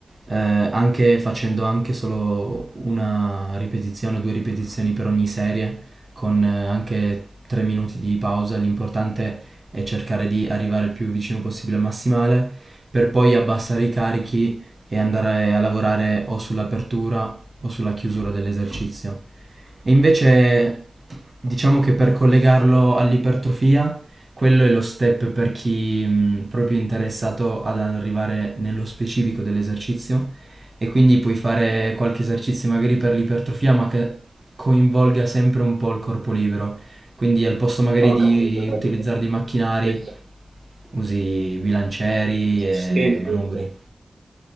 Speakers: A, on the right; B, on the right.
A: eh, anche facendo anche solo una ripetizione o due ripetizioni per ogni serie, con eh, anche tre minuti di pausa. L'importante è cercare di arrivare il più vicino possibile al massimale, per poi abbassare i carichi e andare a lavorare o sull'apertura o sulla chiusura dell'esercizio. E invece diciamo che per collegarlo all'ipertrofia quello è lo step per chi mh, proprio è interessato ad arrivare nello specifico dell'esercizio e quindi puoi fare qualche esercizio magari per l'ipertrofia ma che coinvolga sempre un po' il corpo libero. Quindi al posto magari
B: Ho
A: di
B: capito, ho capito.
A: utilizzare dei macchinari
B: Sì,
A: usi bilancieri e
B: sì, sì, sì,
A: manubri.
B: sì.